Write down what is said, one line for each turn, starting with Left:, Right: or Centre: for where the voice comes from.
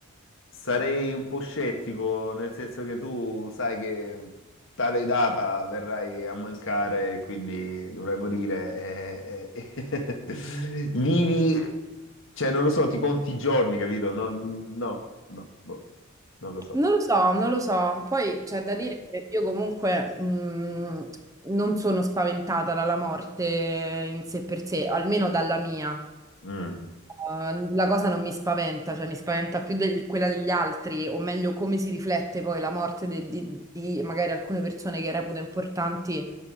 Left: Sarei un po' scettico, nel senso che tu sai che tale data verrai a mancare, e quindi dovrai morire. eh, eh. eh. <laughs> Vivi, cioè non lo so, ti conti i giorni, capito? No, no, no, boh, non lo so.
Right: Non lo so, non lo so. Poi c'è da dire che io comunque mh, non sono spaventata dalla morte in sé per sé, almeno dalla mia.
Left: Mm,
Right: Uh, la cosa non mi spaventa, cioè mi spaventa più del- quella degli altri, o meglio come si riflette poi la morte de- di, di magari alcune persone che reputo importanti